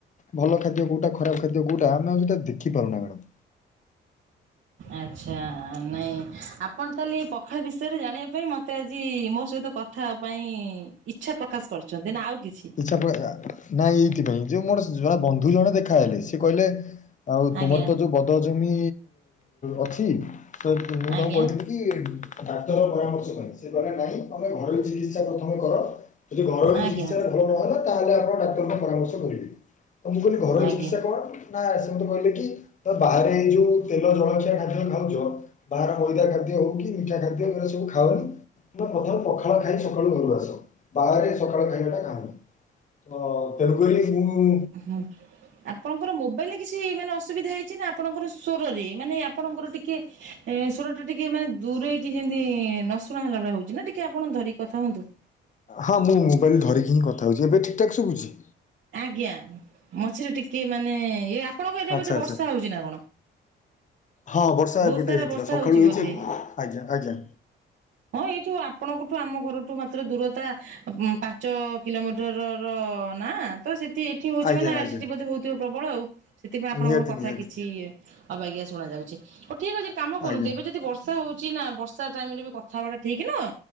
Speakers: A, on the left; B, on the right.
A: ଭଲ ଖାଦ୍ୟ କୋଉଟା ଖରାପ ଖାଦ୍ୟ କୋଉଟା ଆମେ ଆଉ ଦେଖି ପାରୁନା ମ୍ୟାଡମ୍।
B: ଆଚ୍ଛା ନାଇଁ ଆପଣ ତାହେଲେ ଏଇ ପଖାଳ ବିଷୟରେ ଜାଣିବା ପାଇଁ ମତେ ଆଜି ମୋ ସହିତ କଥା କଥା ପାଇଁ ଇଚଛା ପ୍ରକାଶ କରୁଛନ୍ତି ନା ଆଉ କିଛି?
A: ସେପ ନାଇଁ ଏଇଥିପାଇଁ ଯେଉଁ ମୋର ବନ୍ଧୁ ଜଣ ଦେଖାହଲେ ସେ କହିଲେ ଆଉ ତୁମର
B: ଆଜ୍ଞା
A: ତ ଯୋଉ ବଦ ଜମି ଅଛି ତ ମୁଁ
B: ଆଜ୍ଞା
A: ତଙ୍କୁକୁ କହିଥିଲି ଡାକ୍ତର ପରାମର୍ଶ ପାଇଁ ସେ କଲେ ନାଇଁ ଆମେ ଘର ଚ ତମେ କଣ କର ଯଦି ଘର ଚିକିତ୍ସ
B: ଆଜ୍ଞା
A: ଭଲ ନହେଲା ତାହେଲେ ଆପଣ ଡାକ୍ତରଙ୍କୁ ପରାମର୍ଶ କରିବେ। ତ ମୁଁ କହିଲି ଘର
B: ଆଜ୍ଞା
A: ଚିକିତ୍ସା କଣ? ନା ସେ ମତେ କହିଲେ କି ତ ବାହାରେ ଏଇ ଯୋଉ ତେଲ ଜଳଖିଆ ଡାକ ଖାଉଛ ବାହାର ମଇଦା ଖାଦ୍ୟ ହଉ କି ମିଠା ଖାଦ୍ୟ ସବୁ ଖାଉନି ପ୍ରଥ ସକାଳ ଖାଇ ସକାଳୁ ଘରୁ ଆସ। ବାହାରେ ସକାଳୁ ଖାଇବା ଟା ଖାଓ। ହ ତେଣୁକରି ମୁଁ
B: ହଁ ଆପଣଙ୍କର ମୋବାଇଲରେ କିଛି ମାନେ ଅସୁବିଧା ହେଇଛି ନା ଆପଣଙ୍କର ସ୍ୱରରେ ମାନେ ଆପଣଙ୍କର ଟିକେ ହିଁ ଟା ଟିକେ ମାନେ ଦୂରେଇକି ଯେମିତି ନ ଶୁ ଶୁଣା ହେଲାଳିଆ ହଉଛି ନା, ଟିକେ ଆପଣ ଧରିକି କଥା ହୁଅନ୍ତୁ।
A: ହଁ, ମୁଁ ମୋବାଇଲ ଧରିକି ହିଁ କଥା ହଉଛି। ଏବେ ଠିକ୍ ଠାକ୍ ଶୁଖୁଛି?
B: ଆଜ୍ଞା। ମଝିରେ ଟିକେ ମାନେ ଇ ଆପଣଙ୍କ ଏରେ
A: ଆଚ୍ଛା
B: ଏଧେ
A: ଆଚ୍ଛା।
B: ବର୍ଷା ହଉଛି ନା କଣ?
A: ହଁ ବର୍ଷା
B: ବହୁତ
A: ଏପଟେ
B: ସାରା
A: ହେଇଥିଲା।
B: ବର୍ଷା
A: ସକାଳୁ
B: ହଉଛି
A: ହେଇଛି
B: ବୋଧେ।
A: ଆଜ୍ଞା, ଆଜ୍ଞା।
B: ହଁ ଏଇଠୁ ଆପଣଙ୍କଠୁ ଆମ ଘରଠୁ ମାତ୍ର ଦୂରତା ପାଞ୍ଚ। କିଲୋମିଟରର ନା। ତ ସେଠି ଏଠି ହଉଛି
A: ଆଜ୍ଞା
B: ମାନ
A: ଆଜ୍ଞା
B: ସେଠି ବୋଧେ ହଉଥିବ ପ୍ରବଳ ଆଉ। ସେଥିପାଇଁ ଆପଣଙ୍କର
A: ନିହାତି
B: କଥା
A: ନିହାତି
B: କିଛି ଇଏ ଅବାଗିଆ ଶୁଭାଯାଉଛି। ହଉ ଠିକ ଅଛି କାମ କରନ୍ତୁ
A: ଆଜ୍ଞା
B: ଏବେ ଯଦି ବର୍ଷ ସେ ହଉଛି ନା, ବର୍ଷା ଟାଇମ ରେ ବି କଥାବାର୍ତ୍ତା ଠିକ ନୁହଁ।